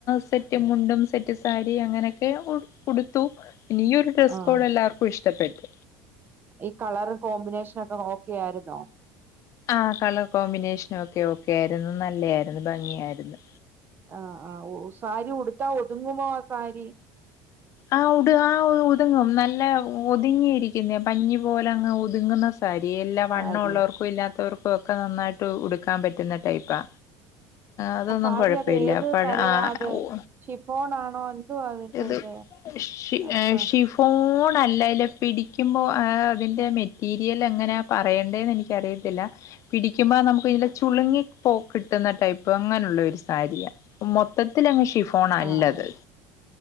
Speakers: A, on the left; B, on the right.
A: സെറ്റും മുണ്ടും സെറ്റ് സാരി അങ്ങനെയൊക്കെ ഉ ഉടുത്തു ഈ ഒരു ഡ്രസ്സ്
B: ആഹ്
A: കോഡ് എല്ലാവർക്കും ഇഷ്ടപ്പെട്ടു
B: ഈ കളറ് കോമ്പിനേഷനൊക്കെ ഓക്കെ ആയിരുന്നോ
A: ആഹ് കളർ കോമ്പിനേഷനൊക്കെ ഓക്കെ ആയിരുന്നു നല്ല ആയിരുന്നു ഭംഗിയായിരുന്നു
B: ആഹ് ആ ഓ സാരി ഉടുത്താ ഒതുങ്ങുമോ ആ സാരി
A: ആ ഉടു ആ ഒതുങ്ങും നല്ല ഒതുങ്ങിയിരിക്കുന്നേ പഞ്ഞി പോലെ അങ്ങ് ഒതുങ്ങുന്ന സരി ഇല്ലാ വണ്ണമുള്ളവർക്കും
B: സാരി
A: ഇല്ലാത്തവർക്കും ഒക്കെ നന്നായിട്ട് ഉടുക്കാൻ പറ്റുന്ന ടൈപ്പാ അതൊന്നും
B: ആ സാരി
A: കുഴപ്പമില്ല
B: അത് ഏത്
A: പഴ
B: തരവാ
A: ആ
B: അത് ഷിഫോൺ ആണോ എന്തുവാ അതിന്റെ
A: ഏത്
B: ഇത്
A: ഷി
B: അപ്പ
A: ഷിഫോ ഫോണ് അല്ല ഇല്ലേ പിടിക്കുമ്പോൾ അതിൻ്റെ മെറ്റീരിയൽ എങ്ങനാ പറയണ്ടേന്ന് എനിക്ക് എനിക്ക് അറിയത്തില്ല പിടിക്കുമ്പോ നമുക്ക് ഇല്ലേ ചുളുങ്ങി പോ കിട്ടുന്ന ടൈപ്പ് അങ്ങനെയുള്ള ഒരു സാരിയാ മൊത്തത്തില് അങ്ങ് ഷിഫോണല്ലത്
B: ആഹ്